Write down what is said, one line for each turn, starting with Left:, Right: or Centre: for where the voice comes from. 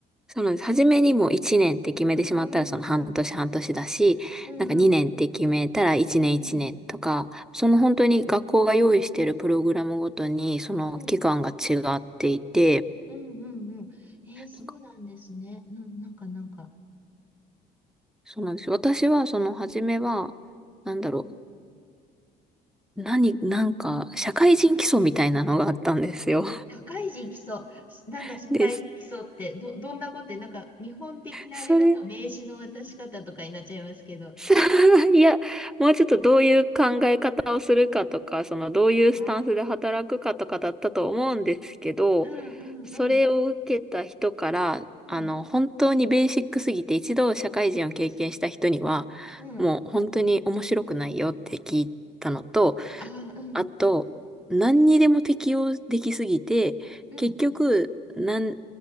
Centre: そうなんです。初めにもう1年って決めてしまったらその半年半年だし、
Left: うんうんうん。うんうん。
Centre: なんか2年って決めたら1年1年とか、
Left: うん。
Centre: その本当に学校が用意しているプログラムごとにその期間が違っていて、
Left: うんうん。うんうんうん。えー、そうなんですね。
Centre: なんか
Left: な、なんかなんか。
Centre: そうなんですよ。私はその初めは、なんだろ
Left: うん
Centre: う、何、なんか社会人基礎みたいなのがあったんですよ。
Left: 社会人来そう。なんだ、
Centre: <laughs>
Left: 社会人来そうって、
Centre: です。
Left: ど、どんなことって、なんか、日本的なあれだと名刺の渡し方とかになっちゃいますけど。
Centre: それ <laughs>
Left: <laughs>
Centre: いや、もうちょっとどういう考え方をするかとか、
Left: うん。
Centre: そのどういうスタンスで働くかとかだったと思うんですけど、
Left: ああ。うんうんうん
Centre: それを受けた人から、
Left: うん。
Centre: あの、本当にベーシックすぎて一度社会人を経験した人には、
Left: うん。
Centre: もう本当に面白くないよって聞いたのと、
Left: ああ、うん。
Centre: あと、何にでも適用できすぎて、
Left: うん。
Centre: 結局、なん、